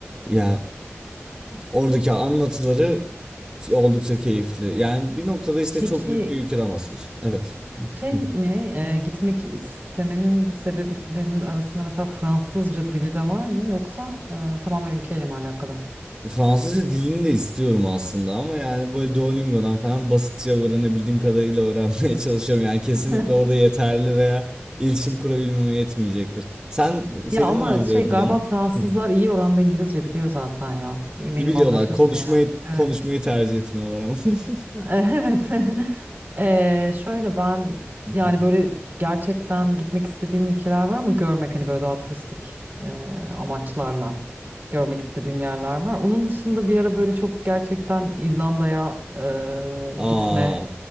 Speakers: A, on the right; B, on the right.
A: Yani oradaki anlatıları Şey, Oldukça keyifli. Yani bir noktada işte
B: Peki
A: çok büyük bir ülkeden bahsediyorsun. Evet. Hı,
B: Şey
A: hı.
B: mi e, gitmek istemenin sebeplerinin arasında mesela Fransızca dili de var mı yoksa e, tamamen ülkeyle mi alakalı?
A: Fransızca dilini de istiyorum aslında ama yani böyle Duolingo'dan falan basitçe öğrenebildiğim kadarıyla öğrenmeye <laughs> çalışıyorum. Yani kesinlikle
B: <laughs>
A: orada yeterli veya iletişim kurabilmeme yetmeyecektir. Sen senin
B: Ya ama
A: var mı
B: şey
A: böyle planın?
B: galiba Fransızlar
A: Hı.
B: iyi oranda İngilizce biliyor zaten ya. Eminim
A: Biliyorlar
B: anlaşırsın
A: konuşmayı
B: yani. Evet.
A: konuşmayı tercih etmiyorlar ama. <laughs>
B: Evet. <laughs> Eee, şöyle ben
A: Hı hı.
B: yani böyle gerçekten gitmek istediğim ülkeler var ama görmek hani böyle daha turistik eee, amaçlarla görmek istediğim yerler var. Onun dışında bir ara böyle çok gerçekten İrlanda'ya eee,
A: Aa,
B: gitme,